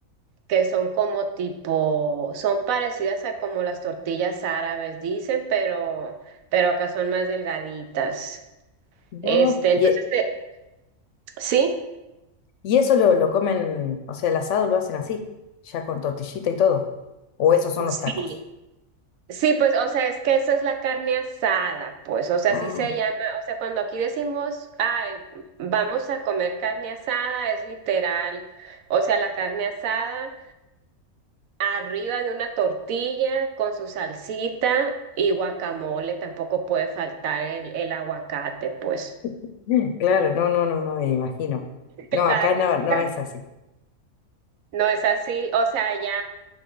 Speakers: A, on the right; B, on the left.
A: que son como tipo, son parecidas a como las tortillas árabes, dicen, pero, pero acá son más delgaditas,
B: Mirá
A: este,
B: vos.
A: entonces,
B: Y, e-
A: eh, sí.
B: y eso lo, lo comen, o sea, el asado lo hacen así, ya con tortillita y todo. O esos son los
A: Sí,
B: tacos.
A: Sí, pues, o sea, es que eso es la carne asada, pues, o sea,
B: Ah,
A: así se llama, o sea, cuando aquí decimos, ay, vamos a comer carne asada, es literal, o sea, la carne asada arriba de una tortilla con su salsita y guacamole, tampoco puede faltar el, el aguacate, pues.
B: <laughs> mm, claro, no, no, no, no me imagino. No,
A: Está
B: acá
A: rica.
B: no, no es así.
A: No es así, o sea, ya